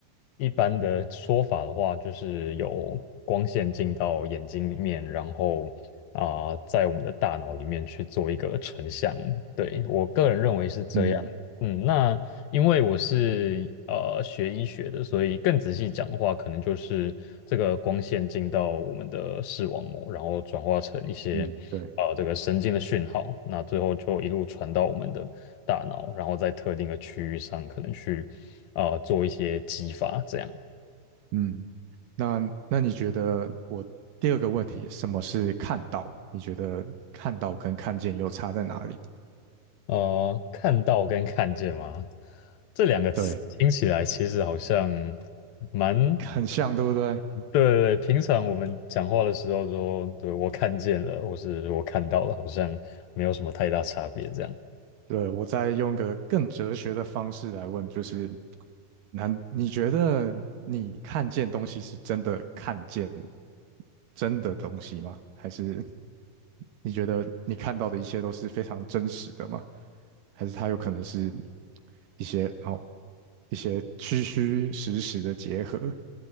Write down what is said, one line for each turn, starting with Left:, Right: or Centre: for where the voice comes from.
Left: 一般的说法的话，就是有光线进到眼睛里面，然后啊、在我们的大脑里面去做一个成像。对，我个人认为是这样。
Right: 嗯
Left: 嗯，那因为我是呃学医学的，所以更仔细讲的话，可能就是这个光线进到我们的视网膜，然后转化成一些呃这个神经的讯号，
Right: 嗯，对，
Left: 那最后就一路传到我们的大脑，然后在特定的区域上可能去呃做一些激发，这样。
Right: 嗯。那那你觉得我第二个问题，什么是看到？你觉得看到跟看见又差在哪里？
Left: 呃，看到跟看见吗？这两个词听起来其实好像
Right: 对，
Left: 蛮
Right: 很像，对不对？
Left: 对对对，平常我们讲话的时候说，对，我看见了，或是我看到了，好像没有什么太大差别这样。
Right: 对，我再用个更哲学的方式来问，就是，难？你觉得你看见东西是真的看见真的东西吗？还是你觉得你看到的一切都是非常真实的吗？还是它有可能是一些哦一些虚虚实实的结合？